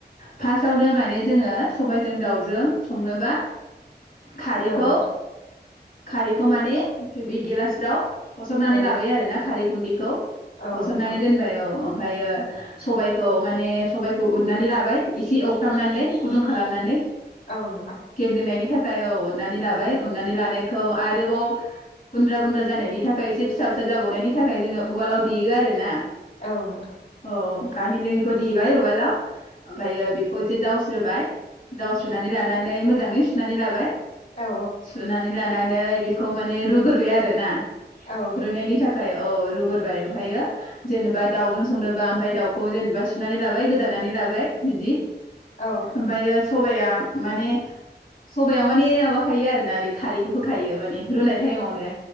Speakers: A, on the left; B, on the left.
A: फासावनो माइ नानै जोङो सबायजों दावजों संनोबा खारिखौ
B: औ नोंथां
A: खारैखौ माने थे बे गिलासफ्राव फसरनानै
B: औ
A: लाबोबाय आरो ना खारै गुन्दिखौ
B: औ
A: फसरनानै
B: नोंथां
A: दोनबाय औ ओम। फायो सबाइखौ माने सबाइखौ उननानै लाबाय एसे एवफ्रामनानै गुदुं खालामनानै।
B: औ नोंथां
A: गेब्लेनायनि थाख खाय औ उननानै लाबाय
B: औ
A: उननानै लानाय खौ आरोबाव गुन्द्रा गुन्द्रा जानायनि थाखाय एसे फिसा फिसा जाबावनायनि थाखाय जोङो उवालाव देयो आरोना।
B: औ नोंथां
A: औ। गाहिनजों इखौ देबाय उवालाव। ओमफायो
B: औ
A: बेखौ एसे जावस स्रोबाय जावस्रोनानै लानानै मोजाङै सुनानै लाबाय।
B: औ
A: सुनानै लाना नै बेखौ माने रुगोरबाय आरोना।
B: औ नोंथां
A: रुइनायनि थाखाय औ रुगोरबाय ओमफायो जेनेबा दाउजों संनोबा ओमफाय दाउखौ जेनेबा सुनानै लाबाय गोदानानै लाबाय बिदि
B: औ
A: ओमफायो सबाइया माने सबायाव माने माबा खायो आरो ना ओरै खारैखौ होखायो माने रुनाय टाइमावनो।